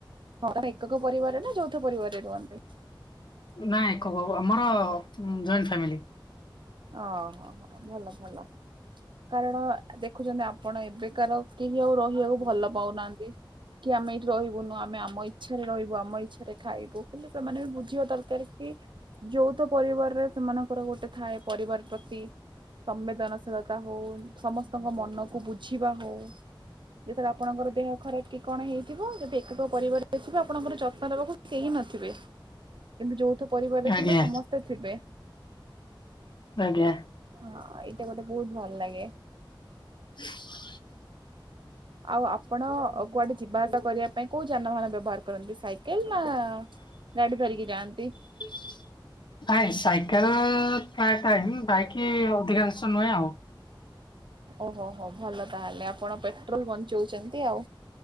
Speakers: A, on the right (about 65°); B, on the left (about 65°).
A: ହଁ ତମେ ଏକକ ପରିବାର ନା ଯୌଥ ପରିବାରରେ ରୁହନ୍ତି?
B: ନା ଏକକ ଆମର ଜଏଣ୍ଟ ଫ୍ୟାମିଲି।
A: ଓ ହ ହ ଭଲ ଭଲ। କାରଣ ଦେଖୁଛନ୍ତି ଆପଣ ଏବେକାର କେହି ଆଉ ରହିବାକୁ ଭଲ ପାଉନାହାନ୍ତି। କି ଆମେ ଏଠି ରହିବୁନୁ ଆମେ ଆମ ଇଚ୍ଛାରେ ରହିବୁ ଆମ ଇଚ୍ଛାରେ ଖାଇବୁ କିନ୍ତୁ ସେମାନେ ବି ବୁଝ ଝିଅ ଦରକାର କି ଯୌଥ ପରିବାରରେ ସେମାନଙ୍କର ଗୋଟେ ଥାଏ ପରିବାର ପ୍ରତି ସମ୍ବେଦନଶୀଳତା ହଉ ସମସ୍ତଙ୍କ ମନକୁ ବୁଝିବା ହଉ ଯେତେବେଳେ ଆପଣଙ୍କର ଦେହ ଖରାପ କି କଣ ହେଇଥିବ ଯଦି ଏକକ ପରିବାରରେ ଥିବେ ଆପଣଙ୍କର ଯତ୍ନ ନବାକୁ କେହି ନଥିବେ କିନ୍ତୁ ଯୌଥ ପରିବାର୍ <unintelligible>
B: ଆଜ୍ଞା
A: ସମସ୍ତେ ଥିବେ।
B: ଆଜ୍ଞା।
A: ହଁ ଏଇଟା ଗୋଟେ ବହୁତ ଭଲ ଲାଗେ।
B: <unintelligible>
A: ଆଉ ଆପଣ କୁଆଡେ ଯିବା ଆସା କରିବା ପାଇଁ କୋଉ ଯାନବାହାନ ବ୍ୟବହାର କରନ୍ତି ସାଇ ଏ ମା ଗାଡି ଧରିକି ଯାଆନ୍ତି।
B: <unintelligible> ନାଇଁ ସାଇକେଲ ପ୍ରାୟ ଟାଇମ୍ ବାଇକ ଅଧିକାଂଶ ନୁହେଁ ଆଉ।
A: ଓହୋ ହୋ ଭଲ ତାହେଲେ ଆପଣ ପେଟ୍ରୋଲ ବଞ୍ଚଉଛନ୍ତି ଆଉ।